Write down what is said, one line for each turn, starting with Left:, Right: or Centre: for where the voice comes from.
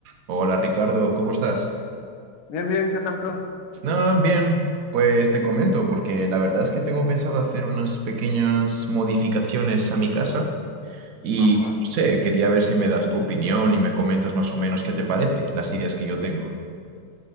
Right: Hola Ricardo, ¿cómo estás?
Left: Bien, bien, ¿qué tal tú?
Right: No, bien, pues te comento, porque la verdad es que tengo pensado hacer unas pequeñas modificaciones a mi casa y
Left: Ajá,
Right: no sé, quería ver si me das tu opinión y me comentas más o menos qué te parece, las ideas que yo tengo.